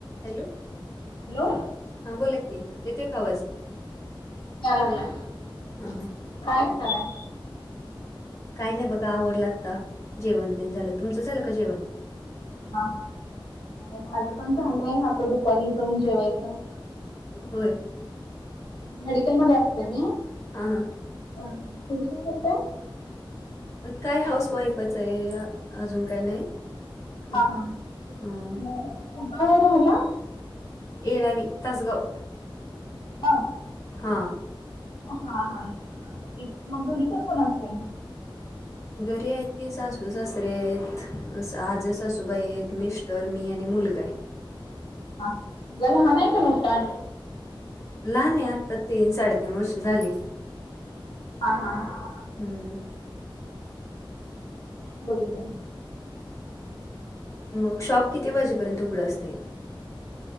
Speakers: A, on the left (about 35°); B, on the left (about 70°).
A: Hello
B: hello
A: हा बोला की, येतोय का आवाज?
B: यालागलाय,
A: हां हां
B: काय करालाय?
A: काय नाही बघा आवरल आता जेवण तेण झालं, तुमचं झालं का जेवण?
B: हा हा माझं पण झालंय आता दुपारी जाऊन जेवायचं.
A: होय.
B: मेडिकल मध्ये असते मी,
A: हा हां,
B: हा, तुम्ही पण करताय?
A: काय हाऊस वाईफचं आहे. अजून काय नाही? करत.
B: हा हा,
A: हां
B: न कुठं आहे राहिला?
A: येरावी तासगाव.
B: गाव.
A: हा,
B: हा हा, एक मग घरी कोण कोण असते?
A: घरी आहेत की, सासू सासरे आहेत. आज सासूबाई आहेत. मिस्ट र मी आणि मुलगा आहे.
B: का याला हा नाही का मोट्टा?
A: लहान आहे. आत्ता तीन साडेतीन वर्ष झाली.
B: हा हा हा,
A: हम्म,
B: बघितरन
A: मग शॉप किती वाजेपर्यत उघडं असते.